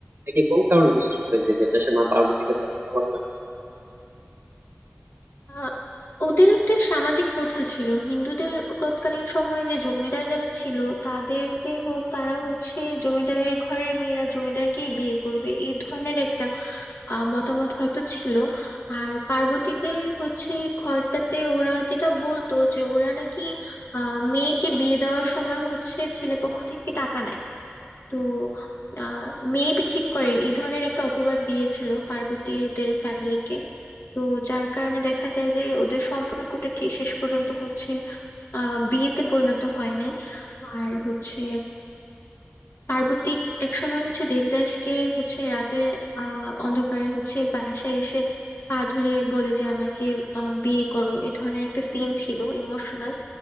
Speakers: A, on the right; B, on the left.
A: নাকি কোন কারণে বিশেষ করে যে দেবদাসের মা পার্বতীকে পছন্দ করে না
B: আহ, ওদের একটা সামাজিক প্রথা ছিল হিন্দুদের তৎকালীন সময়ে যে জমিদার যারা ছিল তাদেরকে হ- তারা হচ্ছে জমিদারের ঘরের মেয়েরা জমিদারকেই বিয়ে করবে এই ধরনের একটা আহ, মতামত হয়তো ছিল আর পার্বতীদের হচ্ছে ঘরটাতে ওরা যেটা বলতো যে ওরা নাকি আহ মেয়েকে বিয়ে দেওয়ার সময় হচ্ছে ছেলে পক্ষ থেকে টাকা নেয় তো আহ মেয়ে বিক্রি করে এই ধরনের একটা অপবাদ দিয়েছিল পার্বতীদের ফ্যামিলিকে তো যার কারণে দেখা যায় যে ওদের সম্পর্কটা ঠিক শেষ পর্যন্ত হচ্ছে আহ বিয়েতে পরিণত হয় নাই আর হচ্ছে পার্বতী এক সময় হচ্ছে দেবদাসকে হচ্ছে রাতের আহ অন্ধকারে হচ্ছে বাসায় এসে পা ধরে বলে যে আমাকে আহ, বিয়ে করো এ ধরনের একটা সিন ছিল ইমোশনাল